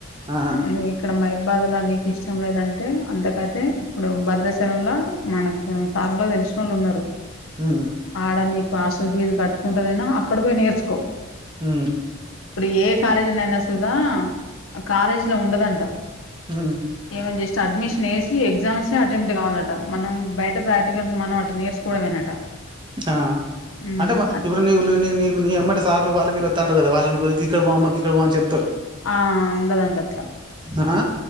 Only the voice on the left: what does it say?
నువ్వు ఇక్కడ మైబాద్ ల నీకు ఇష్టం లేదంటే, అంతకైతే ఇప్పుడు భద్రాచలం ల మనకు సార్ నాక్ తెలిసినోళ్ళు ఉన్నారు.
ఆడ నీకు హాస్టల్ ఫీజ్ కట్టుకుంటానేనా అక్కడ పోయి నేర్చుకో
ఇప్పుడు ఏడ్ కాలేజ్ ఉందన్న సూదా ఆ కాలేజీ లో ఉండదంట
ఏమైనా జస్ చడ్మిషన్ ఏసి ఎగ్జామ్స్ అట్టెంప్ట్ కావాలట మనం బయట ప్రాక్టికల్స్ మనం అట్ నేర్చుకోవడమేనట
ఉమ్
ఆ ఉండదంట అట్లా